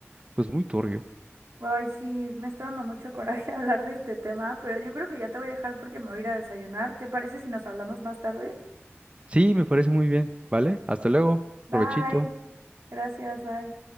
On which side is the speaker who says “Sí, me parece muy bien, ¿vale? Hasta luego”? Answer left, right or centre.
Right